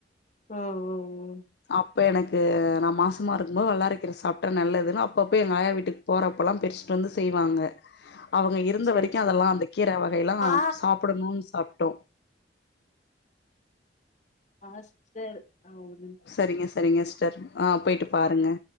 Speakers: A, on the left; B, on the left.
A: ம் ம் ம்
B: அப்ப எனக்கு நா மாசமா இருக்கும்போது வல்லாறக் கீர சாப் நல்லதுன்னு அப்பப்ப எங்க ஆயா வீட்டுக்கு போறப்பலா பெரிச்ட்டு வந்து செய்வாங்க அவுங்க இருந்த
A: சேரி
B: வரைக்கு
A: சேரி
B: அதல்லா அந்த கீர வகைலா
A: ஆ
B: சாப்படனுன் சாப்டோ
A: ஆ சிஸ்டர் ஆ உ
B: சரிங்க சரிங்க சிஸ்டர் ஆ போயிட்டு பாருங்க